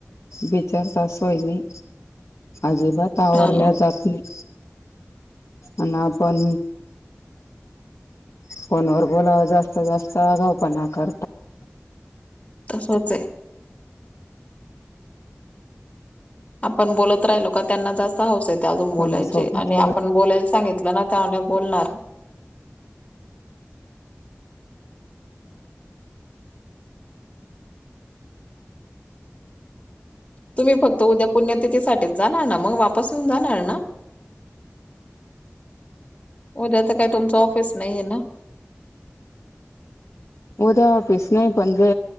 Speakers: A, on the left; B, on the left.
A: बिचारता असोय नाही. अजिबात आवरल्या
B: हा
A: जात नाही आणि आपण फोन वर बोलावं जास्त, जास्त आगाऊ पण करता.
B: तसच आहे. आपण बोलत राहिलो का त्यांना जास्त हौस येते अजून बोलायचे
A: कोणासोबत
B: आणि
A: का
B: आपण बोलायला सांगितलं तेव्हा नाही बोलणार. तुम्ही फक्त उद्या पुण्यतिथीसाठीच जाणार ना मग वापस येऊन जाणार ना? उद्या तर काय तुमच ऑफिस नाहीये ना?
A: उद्या ऑफिस नाही पण जे